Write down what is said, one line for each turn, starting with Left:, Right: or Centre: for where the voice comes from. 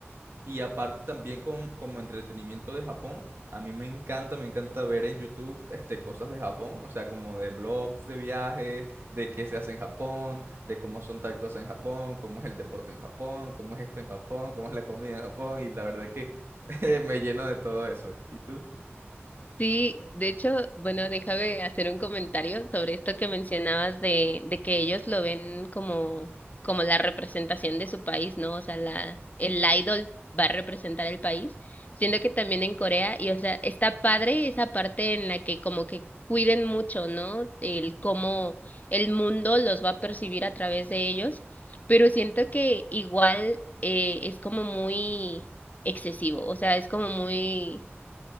Right: y aparte también con, como entretenimiento de Japón, a mí me encanta, me encanta ver en YouTube este, cosas de Japón, o sea, como de blogs de viaje, de qué se hace en Japón, de cómo son tal cosa en Japón, cómo es el deporte en Japón, cómo es esto en Japón, cómo es la comida en Japón, y la verdad que <laughs> me lleno de todo eso. ¿Y tú?
Left: Sí, de hecho, bueno, déjame hacer un comentario sobre esto que mencionabas de, de que ellos lo ven como, como la representación de su país, ¿no? O sea, la, el idol va a representar el país, siendo que también en Corea, y o sea, está padre esa parte en la que como que cuiden mucho, ¿no? El cómo el mundo los va a percibir a través de ellos, pero siento que igual eh, es como muy excesivo, o sea, es como muy